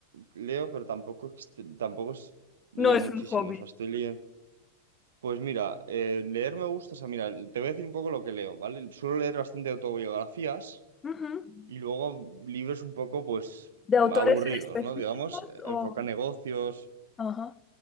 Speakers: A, on the right; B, on the left.
A: leo, pero tampoco, ext- tampoco es- leo
B: No es
A: muchísimo,
B: un hobby.
A: o sea, estoy leyendo. Pues mira, eh, leer me gusta, o sea, mira, te voy a decir un poco lo que leo, ¿vale? Suelo leer bastante autobiografías
B: Ujú.
A: y luego libros un poco, pues,
B: ¿De autores
A: aburridos,
B: en específicos
A: ¿no? Digamos, eh, enfoca
B: o...?
A: negocios,
B: Ajá.